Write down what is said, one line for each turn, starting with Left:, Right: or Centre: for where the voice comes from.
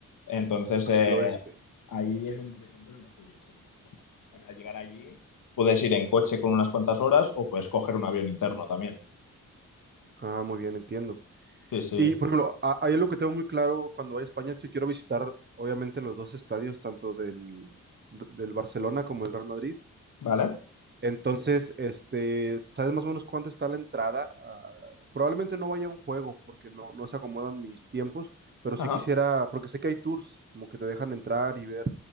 Left: Entonces
Right: Hacia
Left: eh,
Right: el oeste.
Left: ahí es donde te encuentras los Asturias. Para llegar allí puedes ir en coche con unas cuantas horas o puedes coger un avión interno también.
Right: Ah, muy bien, entiendo.
Left: Sí, sí.
Right: Y, por ejemplo, a- ahí lo que tengo muy claro cuando voy a España es que quiero visitar, obviamente, los dos estadios, tanto del, del Barcelona como el Real Madrid.
Left: ¿Vale?
Right: Entonces, este, ¿sabes más o menos cuánto está la entrada? Ah, probablemente no vaya a un juego porque no, no se acomodan mis tiempos, pero
Left: Ajá.
Right: sí quisiera, porque sé que hay tours, como que te dejan entrar y ver,